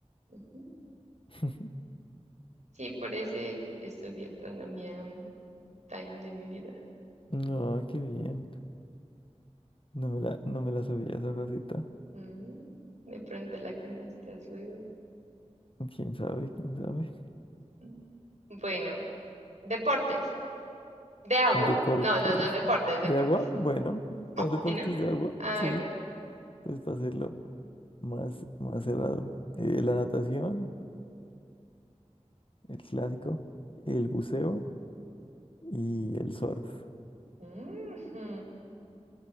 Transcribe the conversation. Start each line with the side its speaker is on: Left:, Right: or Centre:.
Right: Ujú.
Left: <laughs>
Right: Sí, por ese estudié astronomía un time de mi vida.
Left: No, qué bien. No me la, no me la sabía esa faceta.
Right: Mm, De pronto la conozcas luego.
Left: ¿Quién sabe? ¿Quién sabe?
Right: Mm. Bueno. Deportes. De agua.
Left: Deportes
Right: No, no, no, deportes, deportes.
Left: de agua. Bueno,
Right: Oh,
Left: no, deportes
Right: bueno,
Left: de agua.
Right: hágale.
Left: Sí, pues para hacerlo más, más cerrado. Eh, la natación, el clásico, el buceo y el surf.
Right: Ujú.